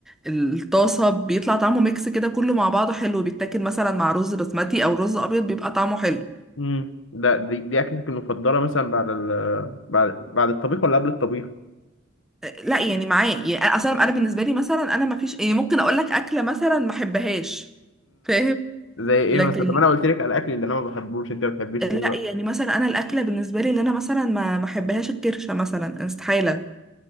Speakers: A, in the centre; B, on the left.
A: الطاسه بيطلع طعمه ميكس كده كله مع بعضه حلو بيتاكل مثلا مع رز بسمتي او رز ابيض بيبقى طعمه حلو
B: امم ده دي, دي اكلتك المفضله مثلا بعد ال بعد بعد الطبيخ ولا قبل الطبيخ
A: لا يعني معاه يعني أنا- اصلا انا بالنسبه لي مثلا انا ما فيش يعني ممكن اقول لك اكله مثلا ما احبهاش فاهم
B: زي ايه
A: لكن
B: مثلا طب انا قلت لك على اكل اللي انا ما بحبوش انت ما بتحبيش
A: لا
B: ايه بقى
A: يعني مثلا انا الاكله بالنسبه لي اللي انا مثلا ما ما احبهاش الكرشه مثلا استحاله